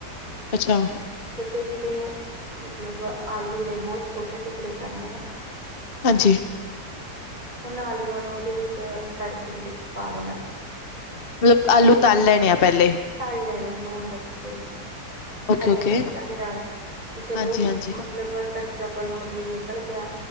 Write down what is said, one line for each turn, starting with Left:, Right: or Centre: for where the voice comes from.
Left: ਅੱਛਾ
Right: ਅਤੇ ਜਿਹੜੇ ਮਤਲਬ ਆਲੂ ਨੇ, ਬਹੁਤ ਛੋਟੇ ਟੁਕੜੇ ਕਰਨੇ ਆ
Left: ਹਾਂਜੀ
Right: ਹੁਣ ਆਲੂਆਂ ਨੂੰ ਉਹਦੇ ਵਿੱਚ, ਤੜਕੇ ਦੇ ਵਿੱਚ ਪਾ ਦੇਣਾ।
Left: ਮਤਲਬ
Right: ਅਤੇ
Left: ਆਲੂ ਤਲ ਲੈਣੇ ਆ ਪਹਿਲੇ।
Right: ਤਲ ਲੈਣੇ ਆ ਲੂਣ ਮਿਰਚ ਦੇ ਵਿੱਚ
Left: ਓਕੇ-ਓਕੇ,
Right: ਹਰੀਆਂ ਮਿਰਚਾਂ ਦੇ ਨਾਲ ਜਦੋਂ
Left: ਹਾਂਜੀ-ਹਾਂਜੀ,
Right: ਮਤਲਬ ਧ <unintelligible> ਮਤਲਬ ਨਿਕਲ ਗਿਆ।